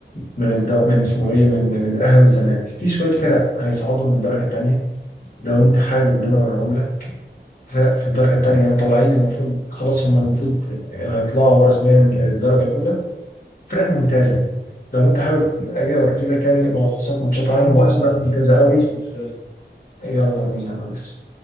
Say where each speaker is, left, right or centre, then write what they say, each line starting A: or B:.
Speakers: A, on the left; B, on the left.
A: من الدو... من اسمه إيه من من الأهلي والزمالك في شوية فرق هيصعدوا من الدرجة التانية لو انت حابب ان انا اوريهم لك فرق في الدرجه الثانيه طالعين المفروض خلاص هم المفروض يعني هيطلعوا هو رسميا للدرجه الاولى فرق ممتازه لو انت حابب اجي اوريك يعني ملخصات ماتشات عنهم
B: يا عم
A: واسماء
B: يلا بينا
A: ممتازه
B: ما
A: قوي
B: عنديش مشكلة
A: يلا بينا يا ريس